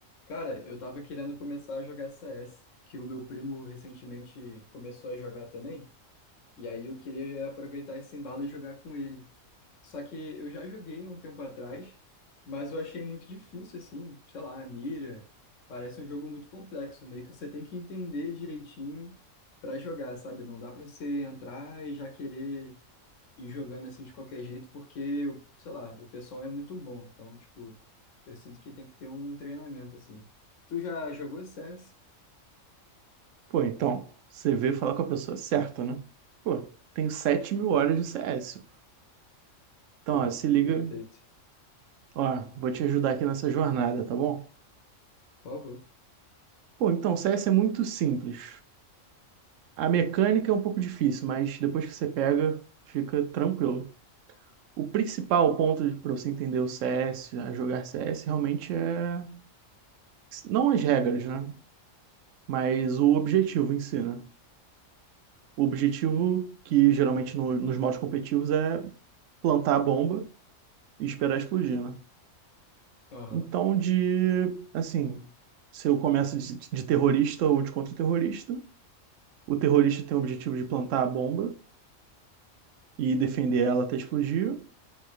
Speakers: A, on the left; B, on the right.
A: Cara, eu tava querendo começar a jogar CS, que o meu primo recentemente começou a jogar também, e aí eu queria aproveitar esse embalo e jogar com ele. Só que eu já joguei um tempo atrás, mas eu achei muito difícil, assim, sei lá, a mira. Parece um jogo muito complexo, meio que você tem que entender direitinho pra jogar, sabe? Não dá pra você entrar e já querer e jogando assim de qualquer jeito, porque, eu, sei lá, o pessoal é muito bom. Então, tipo, eu sinto que tem que ter um treinamento assim. Tu já jogou CS?
B: Pô, então, você veio falar com a pessoa certa, né? Pô, tenho sete mil horas de CS. pô. Então,
A: Porra,
B: ó, se liga.
A: perfeito.
B: Ó, vou te ajudar aqui nessa jornada, tá bom?
A: Por favor.
B: Pô, então, CS é muito simples. A mecânica é um pouco difícil, mas depois que você pega, fica tranquilo. O principal ponto para você entender o CS, a jogar CS, realmente é. Não as regras, né? Mas o objetivo em si, né? O objetivo que geralmente no- nos modos competitivos é plantar a bomba e esperar explodir, né?
A: Aham,
B: Então, de, assim, se eu começo de, de terrorista ou de contra-terrorista, o terrorista tem o objetivo de plantar a bomba e defender ela até explodir,